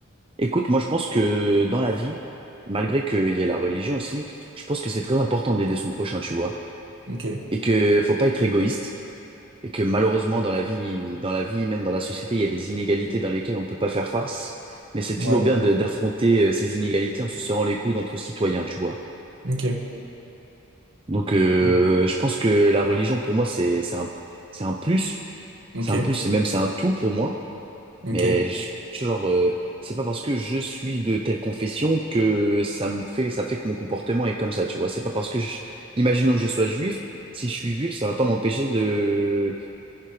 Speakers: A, on the right; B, on the right.
A: Écoute, moi je pense que dans la vie, malgré qu'il y ait la religion aussi, je pense que c'est très important d'aider son prochain, tu vois,
B: Ok,
A: et que faut pas être égoïste, et que malheureusement dans la vie, dans la vie, même dans la société, il y a des inégalités dans lesquelles on peut pas faire face, mais c'est
B: ouais,
A: toujours bien de- d'affronter euh, ces inégalités en se serrant les coudes entre citoyens, tu vois.
B: ok,
A: Donc euh,
B: oui,
A: je pense que la religion pour moi c'est c'est un c'est un plus,
B: ok,
A: c'est un plus, c'est même c'est un tout pour moi.
B: ok,
A: Mais je- genre, euh, c'est pas parce que je suis de telle confession que ça me fait, ça fait que mon comportement est comme ça, tu vois. C'est pas parce que je, imaginons que je sois juif, si je suis juif, ça va pas m'empêcher de,